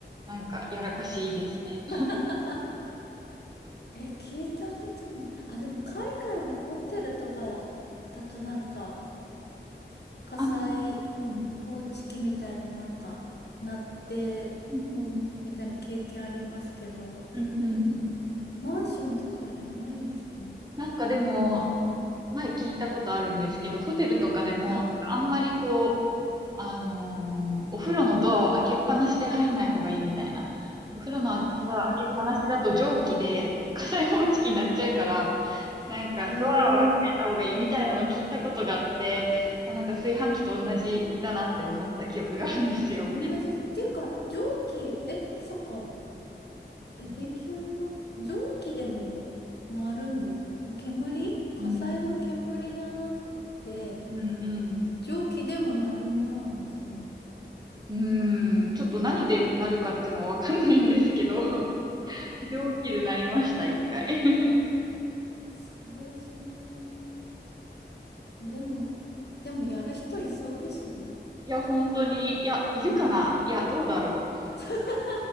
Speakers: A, on the right; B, on the left.
A: なんか、やらかしですね。
B: <laughs> え、聞いたことない。あ、でも海外のホテルとかだとなんか火災報知器みたいのなんか鳴って
A: あ、うん、うん、うん、
B: みたいな経験ありますけど、
A: うん、うん。
B: マンションとかあれないですね。
A: なんかでも、前聞いたことあるんですけど、ホテルとかでも、
B: はい。
A: あんまりこう、あのーお風呂のドアを開けっぱなしで入んない方がいいみたいな。お風呂のドア開けっぱなしだと蒸気で火災報知器になっちゃうから、
B: へえ。
A: なんかドアは閉めた方がいいみたいなのを聞いたことがあって、
B: へえ。
A: あ、なんか炊飯器と同じだなって思った記憶があるんですよ。
B: 同じですね。っていうか、蒸気、え、そっか。
A: う
B: え、勉強になった。蒸気でもなるんですね。その煙火災の煙じゃなくて、
A: ん、うん、うん。
B: 蒸気でもなるものなんですね。
A: うん、ちょっと何でなるかっていうのはわかんないんですけど、<laughs> 蒸気でなりました、一回。<laughs>
B: それそもそも。でも、でもやる人いそうですね。
A: いや、本当に、いや、いるかないや、どうだろう。
B: <laughs>